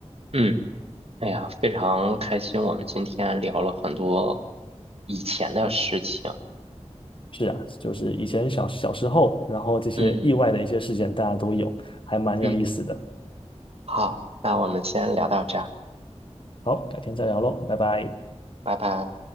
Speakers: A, on the right (about 60°); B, on the left (about 45°).
A: 嗯，哎呀，非常开心，我们今天聊了很多以前的事情。
B: 是啊，就是以前小小时候，然后这些意外的一些事件大家都有，
A: 嗯
B: 还蛮有意思的。
A: 嗯，好，那我们先聊到这儿，
B: 好，改天再聊喽，拜拜。
A: 拜拜。